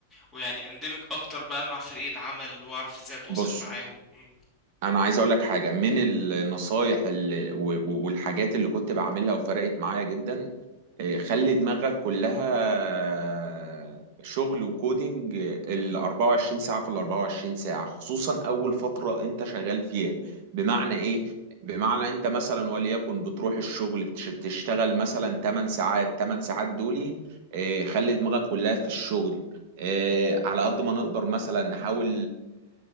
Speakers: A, in the centre; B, on the right.
A: ويعني اندمج اكتر بقى مع فريق العمل واعرف ازاي اتواصل
B: بص
A: معاهم مم.
B: انا عايز اقول لك حاجه من النصايح اللي و- و- والحاجات اللي كنت بعملها وفرقت معايا جدا إيه، خلي دماغك كلها شغل وكودينج ال 24 ساعه في ال 24 ساعه خصوصا اول فتره انت شغال فيها بمعنى ايه بمعنى انت مثلا وليكن بتروح الشغل بتش- بتشتغل مثلا 8 ساعات 8 ساعات دول إيه، خلي دماغك كلها في الشغل إيه، على قد ما نقدر مثلا نحاول